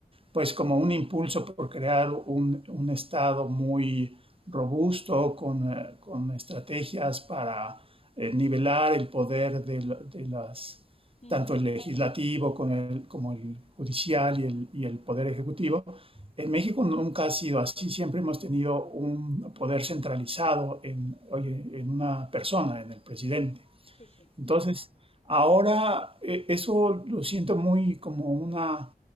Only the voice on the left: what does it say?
Ujú,
Sí, sí.